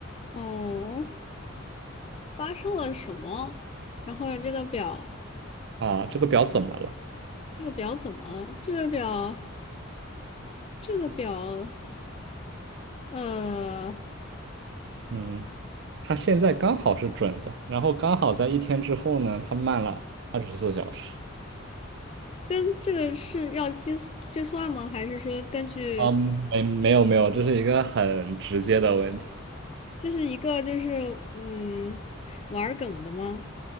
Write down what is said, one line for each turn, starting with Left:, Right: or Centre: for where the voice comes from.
Left: 哦，发生了什么？然后这个表，
Right: 啊。这个表怎么了？
Left: 这个表怎么了？这个表，这个表，呃，
Right: 嗯，它现在刚好是准的，然后刚好在一天之后呢，它慢了二十四小时。
Left: 跟这个是要计计算吗？还是说根据
Right: 嗯，没没有没有，这是一个很直接的问题，
Left: 这是一个就是嗯玩儿梗的吗？